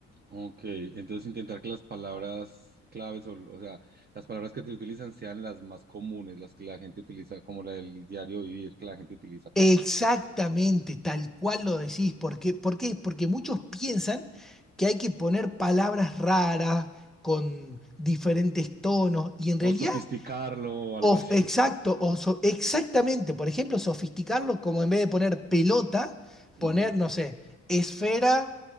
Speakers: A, on the right; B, in the centre.
A: ok. Entonces intentar que las palabras claves, o, o sea, las palabras que te utilizan sean las más comunes, las que la gente utiliza, como la del diario vivir, que la gente utiliza para...
B: Exactamente, tal cual lo decís. ¿Por qué? ¿Por qué? Porque muchos piensan que hay que poner palabras raras, con diferentes tonos, y en realidad,
A: O sofisticarlo o algo
B: of-
A: así.
B: exacto, o so- exactamente, por ejemplo, sofisticarlo como en vez de poner pelota,
A: Ujú.
B: poner, no sé, esfera